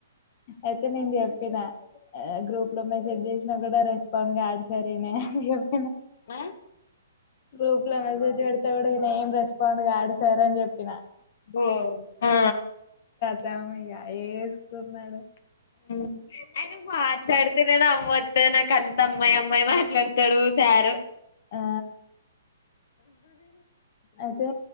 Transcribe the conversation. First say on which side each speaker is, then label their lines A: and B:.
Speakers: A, on the left (about 40°); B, on the left (about 60°).
A: అయితే నేను చెప్పినా అ గ్రూప్ లో మెసేజ్ చేసినా కూడా రెస్పాండ్ గాడు సార్ ఈనే చెప్
B: ఆ
A: గ్రూప్ లో మెసేజ్ పెడితే గూడా ఈనే ఏం రెస్పాండ్ కాడు సార్ అని చెప్పిన
B: ఓ ఆ
A: తమ్ ఇగా ఏసుకున్నాడు
B: ఉ అయన మాట్లాడుతే నవ్వు అత్తది నాక అంత అమ్మాయి అమ్మాయి మాట్లాడతాడు సారు
A: ఆ అయితే